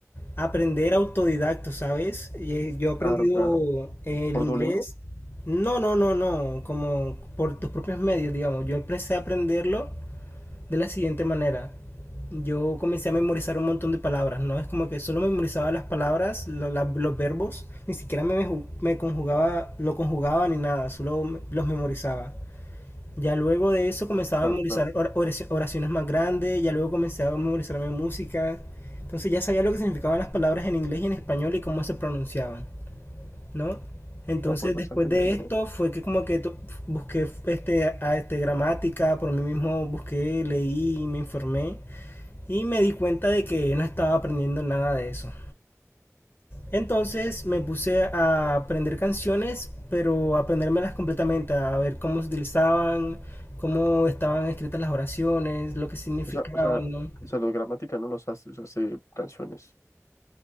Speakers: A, on the left; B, on the left.
A: aprender autodidacto, ¿sabes? Y, eh, Yo he aprendido
B: Claro, claro.
A: eh, el
B: ¿Por
A: inglés.
B: Duolingo?
A: No, no, no, no, como por tus propios medios, digamos. Yo empecé a aprenderlo. de la siguiente manera. Yo comencé a memorizar un montón de palabras, ¿no? Es como que solo memorizaba las palabras, lo- la- los verbos, ni siquiera me, me conjugaba, lo conjugaba ni nada, solo los memorizaba. Ya luego de eso comenzaba
B: Claro,
A: a memorizar
B: claro.
A: or- oraci- oraciones más grandes, ya luego comencé a memorizarme música. Entonces ya sabía lo que significaban las palabras en inglés y en español y cómo se pronunciaban. ¿no? Entonces,
B: No, pues bastante
A: después de
B: bien,
A: esto,
B: ¿eh?
A: fue que como que to- busqué este, a este, gramática, por mí mismo busqué, leí, me informé y me di cuenta de que no estaba aprendiendo nada de eso. Entonces me puse a aprender canciones, pero a aprendérmelas completamente, a ver cómo se utilizaban, cómo estaban escritas las oraciones, lo que significaban,
B: O sea, o sea,
A: ¿no?
B: o sea, los gramática no los hace, los hace canciones.